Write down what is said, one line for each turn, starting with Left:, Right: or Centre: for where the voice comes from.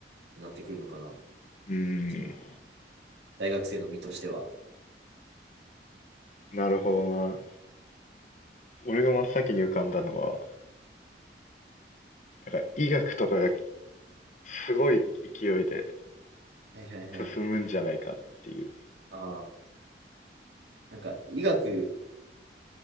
Right: になってくるのかな。
Left: うー
Right: その大学生の身としては。
Left: んなるほどな俺が真っ先に浮かんだのはなんか医学とかがすごい勢いで
Right: はいはいはい。
Left: 進むんじゃないかっていう。
Right: ああ、なんか医学、